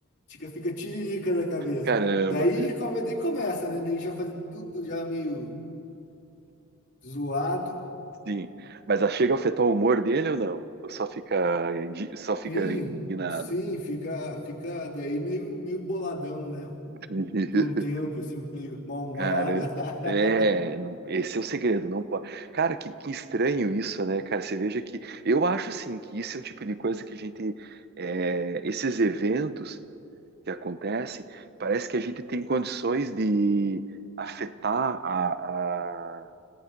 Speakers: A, on the left; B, on the right.
A: Fica, fica tiririca da cabeça.
B: Caramba,
A: Daí,
B: meu.
A: come, daí começa, né? Daí já fazer tudo já meio zoado.
B: Sim. Mas a chega a afetar o humor dele ou não? Ou só fica, indi- só fica
A: Sim,
B: indignado?
A: sim, fica, fica daí meio, meio boladão, né?
B: <laughs>
A: Por um tempo, assim, meio mal-humorado.
B: Cara, é,
A: <laughs>
B: não- esse é o segredo, não pode. Cara, que, que estranho isso, né, cara? Você veja que eu acho assim que isso é o tipo de coisa que a gente, é, esses eventos que acontecem, parece que a gente tem condições de afetar a,